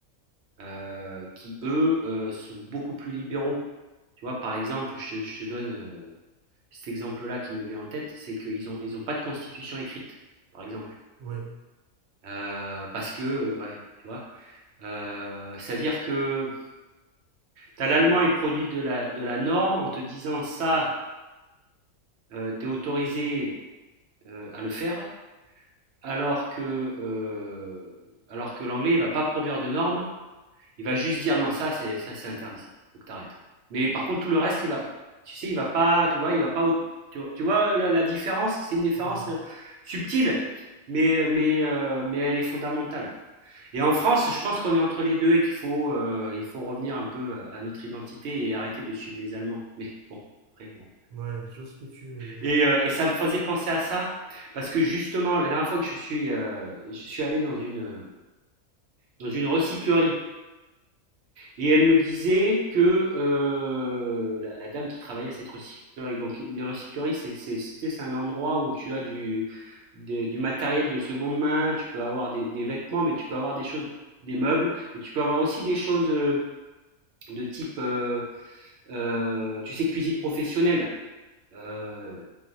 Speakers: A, on the right; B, on the right.
A: euh, qui eux euh, sont beaucoup plus libéraux. Tu vois, par exemple, je, te- je te donne euh, cet exemple-là qui me vient en tête, c'est qu'ils ont, ils ont pas de constitution écrite, par exemple.
B: Oui,
A: Euh, parce que, ouais, tu vois. Euh, c'est-à-dire que t'as l'allemand est produit de la, de la norme en te disant ça, euh, t'es autorisé euh, à le faire, alors que, euh, alors que l'anglais, il va pas produire de normes Il va juste dire non, ça c'est ça c'est interdit, ça. Faut que t'arrêtes. Mais par contre, tout le reste, il va, tu sais, il va pas, tu vois, il va pas, tu vois, tu vois la, la différence, c'est une différence
B: oui,
A: euh, subtile, mais mais euh, mais elle est fondamentale. Et en France, je pense qu'on est entre les deux et qu'il faut euh, il faut revenir un peu euh, à notre identité et arrêter de suivre les Allemands. Mais bon, après bon.
B: ouais, je vois ce que tu veux dire.
A: Et, euh, et ça me faisait penser à ça parce que justement, la dernière fois que je suis euh, je suis allé dans une dans une recyclerie Et elle me disait que euh, la, la dame qui travaillait à cette recyclerie, donc les recycleries, c'est c'est- c'est- c'est un endroit où tu as du, des- du matériel de seconde main, tu peux avoir des, des vêtements, mais tu peux avoir des choses, des meubles, mais tu peux avoir aussi des choses de de type, euh, euh, tu sais, cuisine professionnelle. Euh,